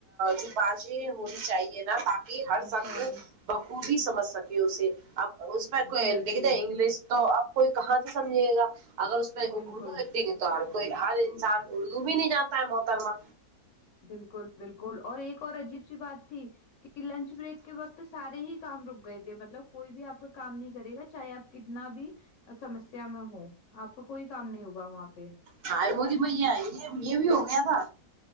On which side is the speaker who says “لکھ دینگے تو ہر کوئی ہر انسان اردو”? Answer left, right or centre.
Right